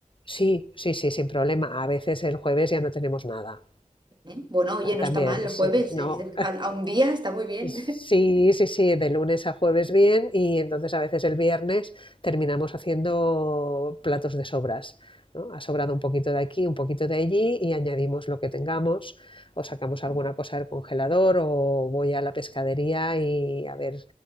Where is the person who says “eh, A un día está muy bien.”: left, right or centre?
Right